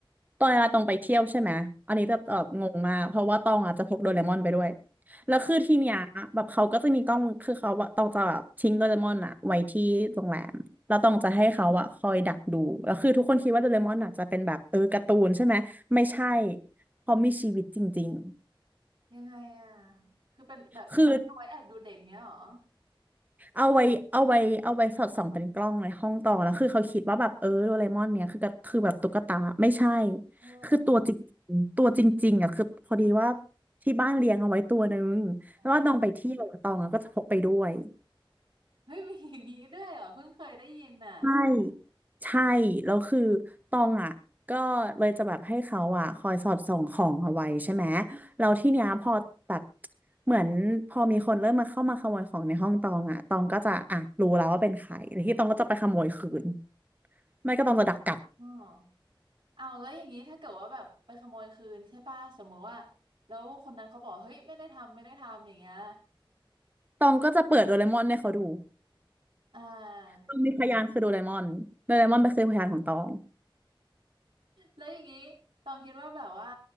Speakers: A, on the right (about 20°); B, on the right (about 85°).
A: ตอนเวลาตองไปเที่ยวใช่ไหมอันนี้จะแบบงงมากเพราะว่าตองอ่ะจะพกโดเรมอนไปด้วยแล้วคือที่เนี้ยแบบเขาก็จะมีกล้องคือเขาว่าตองจะแบบทิ้งโดเรมอนอ่ะไว้ที่โรงแรมแล้วตองจะให้เขาอ่ะคอยดักดูแล้วคือทุกคนคิดว่าโดเรมอนอ่ะจะเป็นแบบเออการ์ตูนใช่ไหมไม่ใช่
B: หาเออ
A: เขามีชีวิตจริง
B: ยังไงอ่ะคือเป็นแบบเอาไว้แอบดูเด็กเงี้ยเหรอ
A: ๆคือ เอาไว้เอาไว้เอาไว้สอดส่องเป็นกล้องในห้องต่อนะคือเขาคิดว่าแบบเออโดเรมอนเนี่ยคือก็คือแบบตุ๊กตาไม่ใช่
B: เออ
A: คือตัวจริงตัวจริงๆอ่ะคือพอดีว่าที่บ้านเลี้ยงเอาไว้ตัวนึงแล้วว่าน้องไปเที่ยวอะตองอะก็จะพกไปด้วย
B: อ๋อเฮ้ยมีอย่างงี้ด้วยเหรอเพิ่งเคยได้ยินน่ะ
A: ใช่ใช่แล้วคือตองอ่ะก็เลยจะแบบให้เขาอ่ะคอยสอดส่องของเอาไว้ใช่ไหมแล้วที่เนี้ยพอแบบเหมือนพอมีคนเริ่มมาเข้ามาขโมยของในห้องตองอ่ะตองก็จะอ่ะรู้แล้วว่าเป็นใครแล้วที่ตองก็จะไปขโมยคืนไม่ก็ตองจะดักกลับ
B: อ๋อ เอาวแล้วอย่างนี้ถ้าเกิดว่าแบบไปขโมยคืนใช่ป่ะสมมุติว่าแล้วคนนั้นเขาบอกเฮ้ยไม่ได้ทำไม่ได้ทำอย่างเงี้ย
A: ตองก็จะเปิดโดเรมอนให้เขาดู
B: อ่า
A: ตองมีพยานคือโดเรมอนโดเรมอนไปนคือพยานของตอง
B: แล้วอย่างนี้ตองคิดว่าแบบว่า